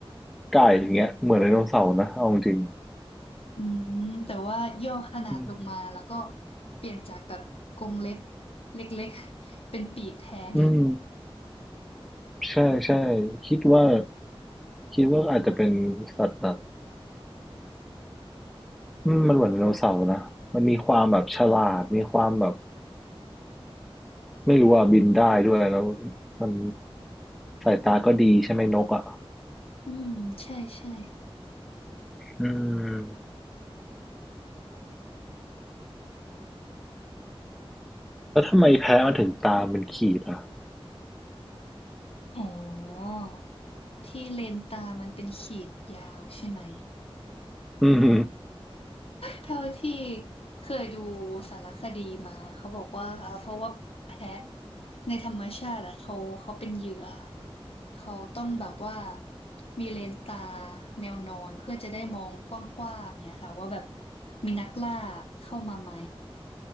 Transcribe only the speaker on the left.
อืมอืมแต่ว่าย่อขนาดลงมาแล้วก็
เปลี่ยนจากแบบกรงเล็บเล็กๆเป็นปีกแทน
อืมใช่ใช่
อ๋อที่เลนตามันเป็นขีดยาวใช่ไหม
เท่าที่เคยดูสารคดีมาเขาบอกว่าอ่าเพราะว่าแพะในธรรมชาติอะเขาเขาเป็นเหยื่อเขาต้องแบบว่ามีเลนส์ตาแนวนอนเพื่อจะได้มองกว้างๆเนี่ยค่ะว่าแบบมีนักล่าเข้ามาไหม